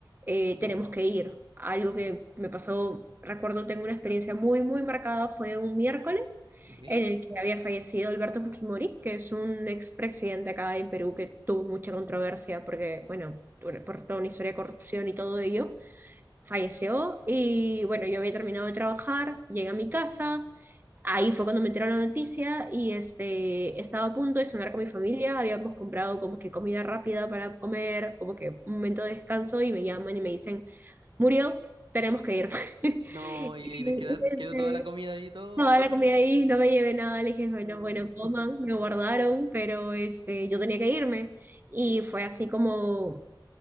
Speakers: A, on the right; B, on the right.
A: eh, tenemos que ir. Algo que me pasó, recuerdo, tengo una experiencia muy, muy marcada, fue un miércoles
B: ¿Ok?
A: en el que había fallecido Alberto Fujimori, que es un expresidente acá en Perú que tuvo mucha controversia porque, bueno, por toda una historia de corrupción y todo ello falleció y bueno, yo había terminado de trabajar, llegué a mi casa, ahí fue cuando me enteró la noticia y este, estaba a punto de cenar con mi familia, habíamos comprado como que comida rápida para comer, como que un momento de descanso y me llaman y me dicen, murió, tenemos que ir. <laughs>
B: No, y,
A: Y,
B: ahí te queda,
A: este,
B: quedó toda la comida ahí y todo.
A: Toda la comida ahí, no me llevé nada, le dije, bueno,
B: No.
A: bueno, coman, me guardaron, pero este, yo tenía que irme. Y fue así como